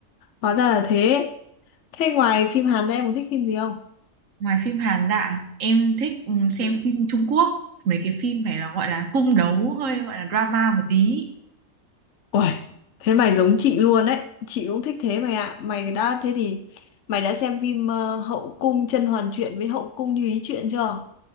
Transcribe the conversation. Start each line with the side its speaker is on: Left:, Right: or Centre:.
Left: hóa ra là thế Thế ngoài phim Hàn ra em có thích phim gì không?
Right: Ngoài phim Hàn dạ, em thích ừ, xem
Left: Ừ.
Right: phim Trung Quốc, mấy cái phim phải là gọi là cung đấu hơi gọi là drama một tí.
Left: Uầy, thế mày giống chị luôn đấy. Chị cũng thích thế mày ạ. Mày đã thế thì mày đã xem phim ờ, Hậu cung甄嬛truyện với Hậu cung Như ý truyện chưa?